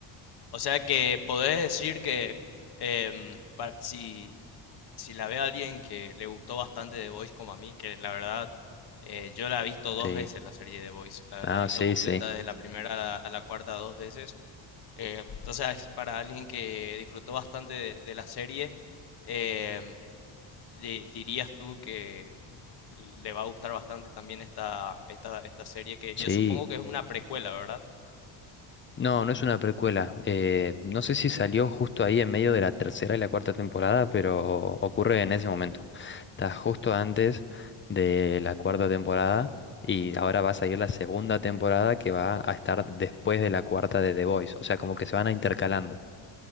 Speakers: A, on the left; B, on the left.
A: O sea que podés decir que em, pa- si, si la ve a alguien que le gustó bastante The Voice como a mí, que la verdad eh, yo la he visto dos
B: Sí,
A: veces la serie The Voice, la,
B: ah,
A: la he visto
B: sí,
A: Ah, completa
B: sí,
A: desde la sí. primera a la, a la cuarta dos veces. Em, entonces, para alguien que disfrutó bastante de, de la serie, em, di- dirías tú que le va a gustar bastante también esta, esta, esta serie que
B: sí.
A: yo supongo que es una precuela, ¿verdad?
B: No, no es una precuela. Eh, no sé si salió justo ahí en medio de la tercera y la cuarta temporada, pero ocurre en ese momento. Está justo antes de la cuarta temporada y ahora va a salir la segunda temporada que va a estar después de la cuarta de The Voice. O sea, como que se van a intercalando.